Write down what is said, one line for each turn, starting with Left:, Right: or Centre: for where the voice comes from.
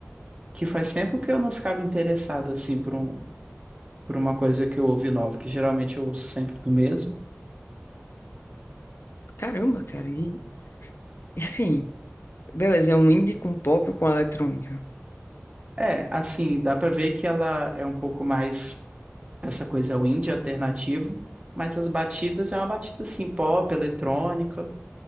Right: que faz tempo que eu não ficava interessado assim por um por uma coisa que eu ouvi nova, que geralmente eu ouço sempre do mesmo.
Left: Caramba, cara. E, e assim, beleza, é um indie com pop com eletrônica.
Right: É, assim, dá pra ver que ela é um pouco mais essa coisa indie alternativo, mas as batidas é uma batida assim pop, eletrônica.